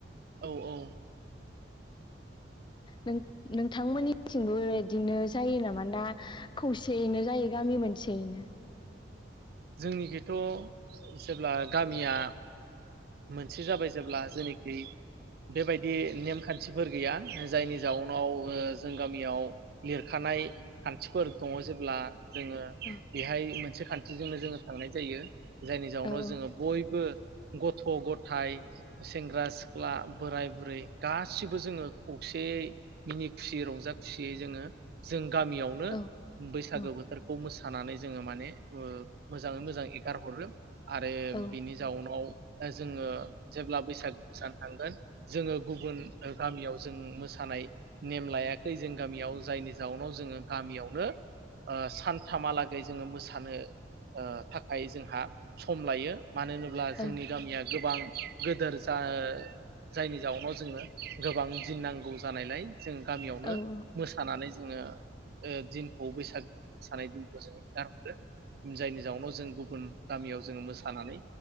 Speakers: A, on the right; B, on the left.
A: औ औ
B: नों नोंथांमोननिथिंबो बिदिनो जायो नामा ना खौसेयैनो जायो गामि मोनसेयैनो
A: जोंनिखिथ' जेब्ला गामिया मोनसे जाबाय जेब्ला जेनिखि बेबायदि नेमखान्थिफोर गैया जायनि जाउनाव जों गामियाव लिरखानाय खान्थिफोर दङ जेब्ला जोङो
B: औ
A: बेहाय मोनसे खान्थि जिजोंनो जोङो थांनाय जायो जायनि जाउनाव
B: औ औ
A: जोङो बयबो गथ' गथाय सेंग्रा सिख्ला बोराय बुरै गासिबो जोङो खौसेयै मिनि खुसियै रंजा खुसियै जोङो जों गामियावनो
B: औ
A: बैसागो
B: औ
A: बोथोरखौ मोसा खानानै जोङो माने मोजाङै मोजां एगार हरो आरो
B: औ
A: बिनि जाउनाव जोङो जेब्ला बैसागु मोसानो थांगोन जोङो गुबुन गामियाव जों मोसानाय नेम लायाखै जों गामियाव जायनि जाउनाव जोङो गामियावनो सानथामहालागै थानो ओ थाखाय जोंहा सम लायो मानो होनोब्ला
B: औ
A: जोंनि गामिया गोबां गोदोर जा जायनि जाउनाव जोङो गोबां दिन नांगौ जानायलाय जों गामियावनो
B: औ
A: मोसानानै जोङो दिनखौ बैसागोनि मोसानाय दिनखौ जोङो गारहरो जायनि जाउनाव जों गुबुन गामियाव जों मोसानानै